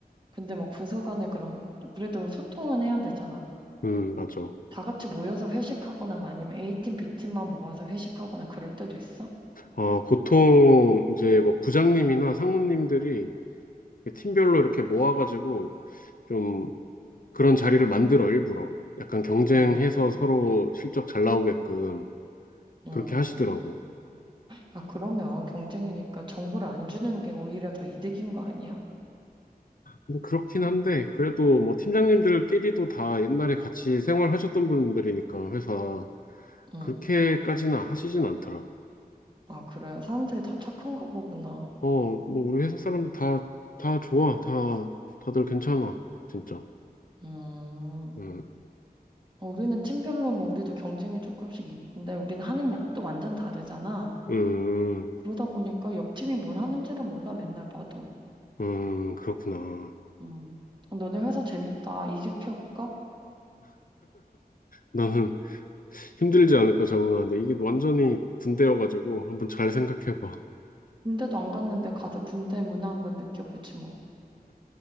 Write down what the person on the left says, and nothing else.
음, 맞아.
어, 보통 이제 뭐 부장님이나 상무님들이 팀별로 이렇게 모아가지고 좀 그런 자리를 만들어 일부러 약간 경쟁해서
서로 실적 잘 나오게끔
그렇게 하시더라고.
근데 그렇긴 한데 그래도 뭐 팀장님들끼리도 다 옛날에 같이 생활하셨던 분들이니까 회사
그렇게까지는 하시진 않더라.
어, 뭐 우리 회사 사람들 다 다 좋아, 다 다들 괜찮아, 진짜.
음,
음,
음, 그렇구나.
나는 힘들지 않을까 적응하는데 이게 완전히 군대여가지고 한번 잘 생각해봐.